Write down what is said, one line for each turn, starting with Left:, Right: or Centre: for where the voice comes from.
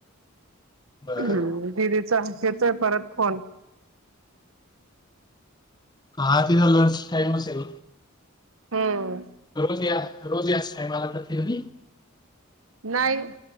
Left: बरं
Right: हम् दिदीचा येतोय परत फोन.
Left: हा तिचा लंच टाईम असेल ना.
Right: हम्म.
Left: रोज या रोज याच टायमला करती का ती?
Right: नाही